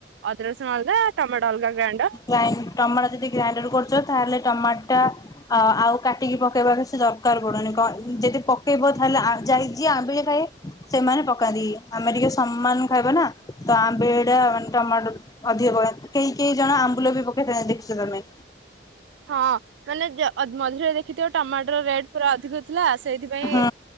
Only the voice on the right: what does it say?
ଅଦା ରସୁଣ ଅଲଗା ଟମାଟୋ ଅଲଗା ଗ୍ରାଇଣ୍ଡର
ହଁ ମାନେ <unintelligible> ମଝିରେ ଦେଖ ଦେଖିଥିବ ଟମାଟର ରେଟ୍ ପୁରା ଅଧିକ ଥିଲା ସେଇଥିପାଇଁ